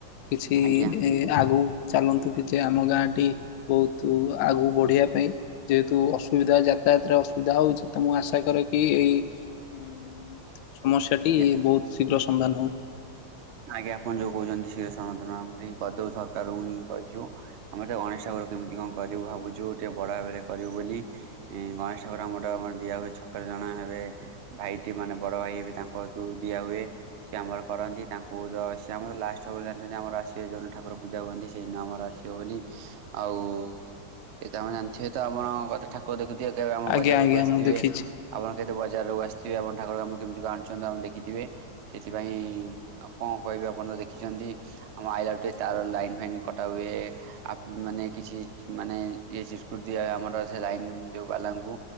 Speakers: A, on the left (about 80°); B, on the right (about 75°).
A: କିଛି
B: ଆଜ୍ଞା
A: ଏ ଆଗକୁ ଚାଲନ୍ତୁ କିଛି ଆମ ଗାଁଟି ବୋହୁତ ଆଗକୁ ବଢିବା ପାଇଁ ଯେହେତୁ ଅସୁବିଧା ଯା ଯାତାୟାତରେ ଅସୁବିଧା ହୋଉଚି। ତ ମୁଁ ଆଶା କରେ କି ଏଇ ଇଁ-ସମସ୍ୟାଟି
B: ଆଜ୍ଞା
A: ବୋହୁତ ଶୀଘ୍ର ସ ସନ୍ଧାନ ହୋଉ।
B: ଆଜ୍ଞା ଆପଣ ଯୋଉ କୋହୁଚନ୍ତି ସେଇଟା ସମାଧାନ ଆମେ କରିଦୋବୁ ସରକାରଙ୍କୁ ହିଁ କହିଚି ଆମେ ଗୋଟେ ଗଣେଶ ଠାକୁ ତ କେମିତି କଣ କରିବୁ ଭାବୁଚୁ ଟିକେ ବଡ ଭାବରେ କରିବୁ ବୋଲି ଇଁ-ଗଣେଶ ଠାକୁର ଆମଟା ଦିଆ ହୁଏ ଛକା ଜଣେ ହେବେ ଭାଇଟି ମାନେ ବଡ ଭାଇ ହେବେ ତାଙ୍କ ହାତକୁ ଦିଆହୁଏ ସିଏ ଆମର କରନ୍ତି। ତାଙ୍କୁ ଧ-ସିଏ ଆମର ଲାଷ୍ଟ ସବୁବେଳେ ଜାଣଛନ୍ତି ଆମର ଆସିବେ ଯୋଉଦିନ ଠାକୁର ପୂଜା ହୁଅନ୍ତି ସେହିଦିନ ଆମର ଆସିବ ବୋଲି ଆଉ ଏ ତ ଆମେ ଜାଣିଥିବେ ତ ଆପଣ କଥା ଠାକୁର ଦେଖୁଥିବେ କେବେ ଆମ
A: ଆଜ୍ଞା
B: ବଜାରକୁ
A: ଆଜ୍ଞା
B: ଆସିଥିବେ
A: ମୁଁ ଦେଖିଛି
B: ଆପଣ କେ ତେ ବଜାରକୁ ଆସିଥିବେ ଆପଣ ଠାକୁରଙ୍କୁ କେମିତି କଣ ଆଣୁଚନ୍ତି ଆପଣ ଦେଖିଥିବେ ସେଥିପାଇଁ ଆଉ କଣ କହିବି ଆପଣ ତ ଦେଖିଚନ୍ତି ଆମ ଆଇବେଳେ ଟିକେ ତାର ଲାଇନ ଫାଇନ୍ କଟାହୁଏ ଆପ୍-ମାନ୍ ନାଇଁ କିଛି ମାନେ ଇଏ ସିସକୁଟ ଦିଆ ଆମର ସେ ଲାଇନ ଯୋଉ ବାଲାଙ୍କୁ